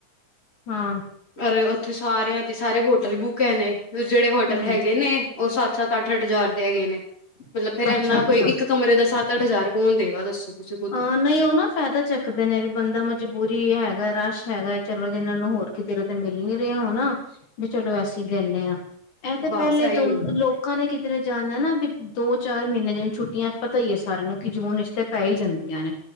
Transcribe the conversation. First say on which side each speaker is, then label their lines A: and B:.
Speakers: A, on the left; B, on the left.
A: ਹਾਂ
B: ਅਰ ਉੱਥੇ ਸਾਰਿਆਂ ਦੇ ਸਾਰੇ ਹੋਟਲ ਬੁੱਕ ਹੈ ਨੇ ਜਿਹੜੇ ਹੋਟਲ
A: ਹਮ
B: ਹੈਗੇ ਨੇ। ਉਹ ਸੱਤ ਸੱਤ ਅੱਠ ਅੱਠ ਹਜ਼ਾਰ ਤੇ ਹੈਗੇ ਨੇ ਮਤਲਬ ਫਿਰ
A: ਅੱਛਾ
B: ਇੰਨਾ
A: ਅੱਛਾ
B: ਕੋਈ ਕਮਰੇ ਦਾ ਸੱਤ ਅੱਠ ਹਜ਼ਾਰ ਕੌਣ ਦੇਗਾ ਦੱਸੋ ਤੁਸੀਂ ਖੁਦ
A: ਹਾਂ
B: ਹੀ
A: ਨਹੀਂ ਓ ਨਾ ਫਾਇਦਾ ਚੱਕਦੇ ਨੇ ਵੀ ਬੰਦਾ ਮਜਬੂਰੀ ਹੈਗਾ ਰਸ਼ ਹੈਗਾ ਚਲੋ ਜਿਹਨਾਂ ਨੂੰ ਹੋਰ ਕਿਤੇ ਮਿਲ ਨੀ ਰਿਹਾ ਹੋਣਾ ਵੀ ਚਲੋ ਅਸੀਂ ਦੇਨੇ ਹਾਂ ਇਹ ਤੇ
B: ਬਸ
A: ਪਹਿਲੇ ਦੋ
B: ਇਹੀ ਹੁੰਦਾ
A: ਲੋਕ ਲੋਕਾਂ ਨੇ ਕਿਧਰੇ ਜਾਣਾ ਨਾ ਵੀ ਦੋ ਚਾਰ ਮਹੀਨੇ ਜਿਵੇਂ ਛੁੱਟੀਆਂ ਪਤਾ ਹੀ ਹੈ ਸਾਰਿਆਂ ਨੂੰ ਕਿ ਜੂਨ ਚ ਤੇ ਪੈ ਹੀ ਜਾਂਦਾ ਨੇ